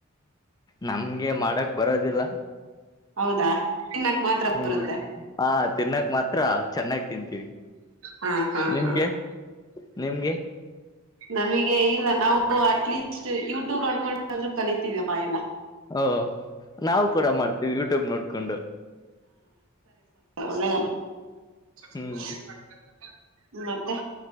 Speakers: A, on the left; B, on the right.
A: ನಮ್ಗೆ ಮಾಡಕ್ ಬರೋದಿಲ್ಲ.
B: ಹೌದಾ ತಿನ್ನಕ್ ಮಾತ್ರ
A: ಹ್ಮ್
B: ಬರುತ್ತೆ
A: ಹಾ ತಿನ್ನಕ್ ಮಾತ್ ಹತ್ರ ಚೆನ್ನಾಗಿ ತಿಂತೀವಿ
B: ಹಾ ಹಾ
A: ನಿಮ್ಗೆ
B: ಹಾ
A: ನಿಮ್ಗೆ.
B: ನಮಗೆ ಇಲ್ಲ ನಾವು ಅಟ್ಲೀಸ್ಟ್ ಯೂಟ್ಯೂಬ್ ಮಾಡಕೊಂಡಾದ್ರು ಕಲಿತೀವಪ್ಪ ಎಲ್ಲ.
A: ಹ ಓ ನಾವು ಕೂಡ ಮಾಡ್ತೀವಿ ಯೂಟ್ಯೂಬ್ ನೋಡ್ಕೊಂಡು.
B: ಒಳ್ಳೆ <unintelligible>
A: ಹ್ಮ್
B: ಮತ್ತೆ